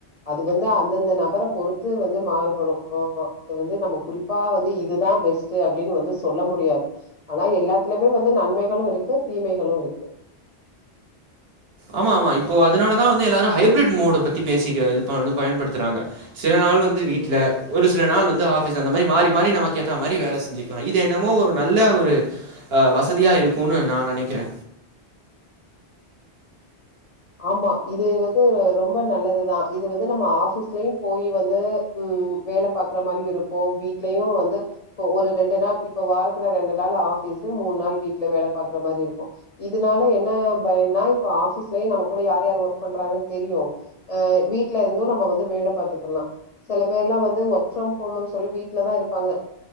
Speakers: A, on the left; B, on the right.
A: அது வந்து அந்தந்த நபர பொறுத்து வந்து மாறுபடும் ஓஹோ அது வந்து நம்ம குறிப் ப்போ வந்து இதுதான் பெஸ்ட்டு அப்படின்னு வந்து சொல்ல முடியாது ஆனா எல்லாத்துலயுமே வந்து நன்மைகளும் இருக்கு தீமைகளும் இருக்கு.
B: ஆமா ஆமா இப்போ அதனாலதான் வந்து எல்லாரும் ஹைப்ரிட் மோடு பத்தி பேசிக்க இப்ப வந்து பயன்படுத்துறாங்க. சில நாள் வந்து வீட்ல ஒரு சில நாள் வந்து ஆஃபிஸ் அந்த மாரி மாறி மாறி நமக்கு ஏத்த மாதிரி வேலை செஞ்சுக் லா இது என்னமோ ஒரு நல்ல ஒரு வசதியாக இருக்கும்ன்னு நா நினைக்கிறே
A: ஆமா இது வந்து ரொம்ப நல்லதுதான். இது வந்து நம்ம ஆஃபிஸ்லயும் போயி வந்து உம் வேலை பா பாக்குற மாரி இருக்கும். வீட்லயும் வந்து ஒ ஒரு ரெண்டு நாள் இப்ப வாரத்துல ரெண்டு நாள் ஆஃபிஸ் மூணு நாள் வீட்ல வேலை பாக்குற மாரி இருக்கும். இதுனால என்ன பயன்னா இப்ப ஆஃபீஸ்லயும் நமக்கு கூட யார் யார் ஒர்க் பண்றாங்கன்னு தெரியும். அ வீட்ல இருந்தும் நம்ம வந்து வேல பாத்துக்கலாம். சில பேர் எல்லாம் வந்து ஒர்க் ஃப்ரம் ஹோம்னு சொல்லி வீட்ல தா இருப்பாங்க